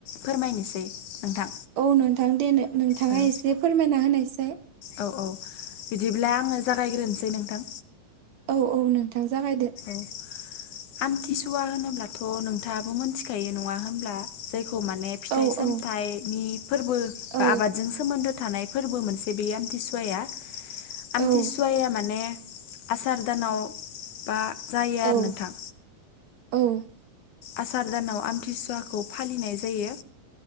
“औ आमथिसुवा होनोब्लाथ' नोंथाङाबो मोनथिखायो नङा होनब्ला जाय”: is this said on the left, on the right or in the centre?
Left